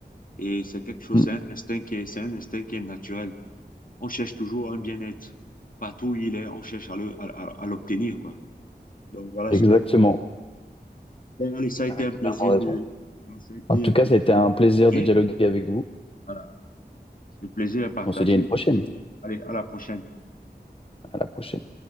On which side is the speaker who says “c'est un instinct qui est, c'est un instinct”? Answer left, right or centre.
Left